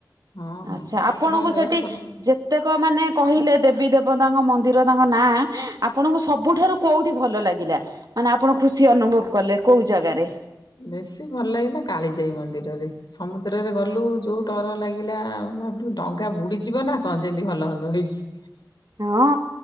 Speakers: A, on the left (about 70°); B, on the right (about 60°).
A: ହଁ ହଁ
B: ଆଛା
A: ଠାକୁରଙ୍କ
B: ଆପଣଙ୍କୁ
A: ଦୟାରୁ
B: ସେଠି
A: ଭଲ
B: ଯେତେକ ମାନେ କହିଲେ ଦେବୀ, ଦେବତାଙ୍କ ମନ୍ଦିର ତାଙ୍କ ନାଁ ଆପଣଙ୍କୁ ସବୁଠାରୁ କଉଠି ଭଲ ଲାଗିଲା? ମାନେ ଆ ଖୁସି ଅନୁଭବ କଲେ କେଉଁ ଜାଗାରେ?
A: ବେଶୀ ଭଲ ଲାଗିଲା କାଳିଜାଇ ମନ୍ଦିରରେ ସମୁଦ୍ରରେ ଗଲୁ ଯୋଉ ଡର ଲାଗିଲା ଆ। ଏପ ଡଙ୍ଗା ବୁଡିଯିବ ନା କଣ ଯେମିତି ହଲ ହଲ ହେଇକି?
B: ହଁ।